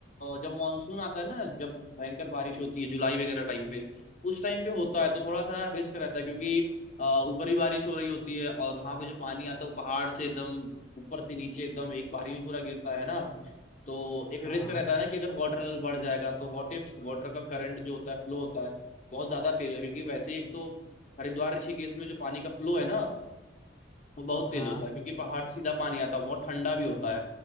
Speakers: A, on the left; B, on the left.
A: जब मानसून आता है ना जब भयंकर बारिश होती है जुलाई वगैरह टाइम पे उस टाइम पे होता है तो थोड़ा सा रिस्क रहता है क्योंकि अ, ऊपर ही बारिश हो रही होती है और वहां पे जो पानी आता है वो पहाड़ से एकदम ऊपर से नीचे एकदम एक बारी में पूरा गिरता है ना तो एक
B: हाँ
A: रिस्क
B: हाँ
A: रहता है ना कि अगर वाटर लेवल बढ़ जाएगा तो व्हाट इफ वाटर का करंट जो होता है फ्लो होता है बहुत ज्यादा तेज है क्योंकि वैसे ही एक तो हरिद्वार ऋषिकेश में जो पानी का फ्लो है ना वो बहुत तेज
B: हाँ
A: होता है क्योंकि पहाड़ से सीधा पानी आता है बहुत ठंडा भी होता है